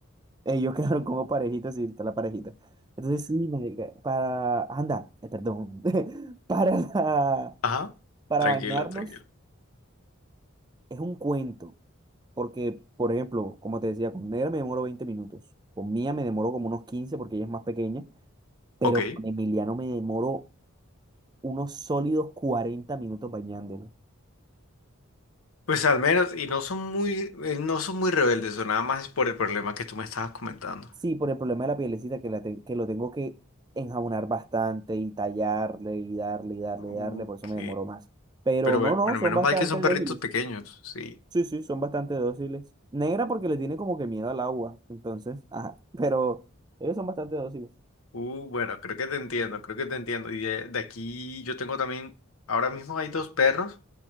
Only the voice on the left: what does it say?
Ajá.
Tranquilo,
tranquilo.
Ok.
Pues al menos, y no son muy, eh, no son muy rebeldes, o nada más es por el problema que tú me estabas comentando.
Ok.
Pero
bu-
bueno,
menos
mal que son
perritos pequeños, sí.
Uh, bueno, creo que te entiendo, creo que te entiendo. Y de, de aquí yo tengo también, ahora mismo hay dos perros,